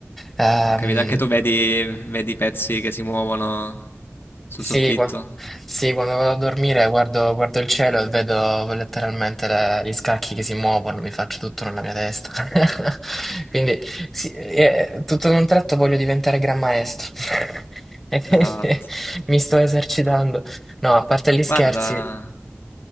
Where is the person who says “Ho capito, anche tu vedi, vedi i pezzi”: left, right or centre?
Left